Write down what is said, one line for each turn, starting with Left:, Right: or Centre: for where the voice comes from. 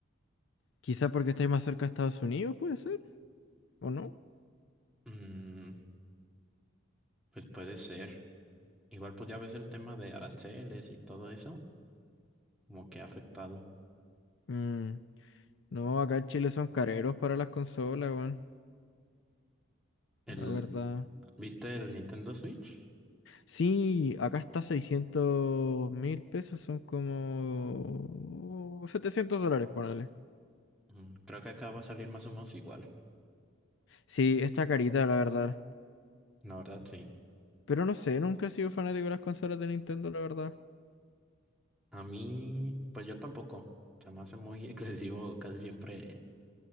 Left: quizás porque estáis más cerca de Estados Unidos, puede ser, ¿o no?
Centre: Mm, pues puede ser. Igual pues ya ves el tema de aranceles y todo eso, como que ha afectado.
Left: Mm, No, acá en Chile son careros para las consolas, weón.
Centre: El,
Left: La verdad.
Centre: ¿viste el Nintendo Switch?
Left: Sí, acá está seiscientos mil pesos, son como 700 dólares, ponele.
Centre: Mm, Creo que acá va a salir más o menos igual.
Left: Sí, está carita, la verdad.
Centre: La verdad, sí.
Left: Pero no sé, nunca he sido fanático de las consolas de Nintendo, la verdad.
Centre: A mí, pues yo tampoco. Se me hace muy <laughs> excesivo casi siempre